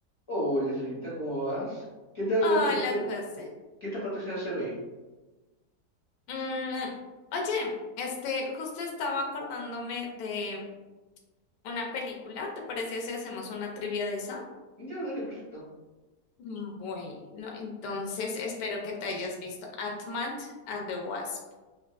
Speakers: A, on the left; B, on the left.
A: Hola, señorita, ¿cómo vas? ¿Qué te
B: Hola,
A: apetece,
B: José.
A: qué te apetece hacer hoy?
B: Mm, oye, este, justo estaba acordándome de una película. ¿Te parece si hacemos una trivia de esa?
A: Ya, dale, perfecto.
B: Mm, Bueno, entonces espero que te hayas visto Ant-Man and the Wasp.